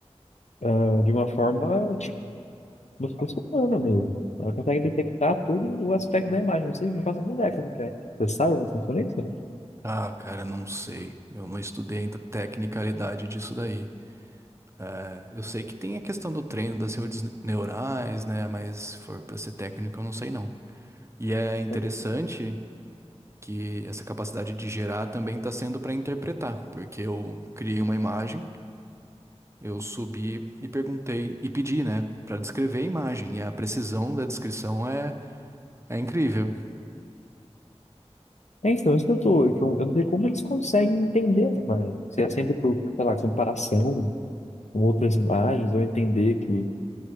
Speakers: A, on the left; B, on the right.
A: ah, de uma forma Por por mesmo. Ela consegue detectar todo o aspecto da imagem. Não sei, não faço nem ideia como que é. Você sabe como funciona isso? Como
B: Ah, cara, não sei. Eu não estudei ainda a tecnicalidade disso daí. É, eu sei que tem a questão do treino das redes neurais, né? Mas se for para ser técnico, eu não sei não. E é interessante
A: é que-
B: que essa capacidade de gerar também está sendo para interpretar, porque eu criei uma imagem, eu subi e perguntei e pedi, né, para descrever a imagem. E a precisão da descrição é, é incrível.
A: É, É, então, isso que eu tô. é que Eu, eu não sei como eles conseguem entender as imagens. Se é sempre por, sei lá, comparação com outras imagens, ou entender que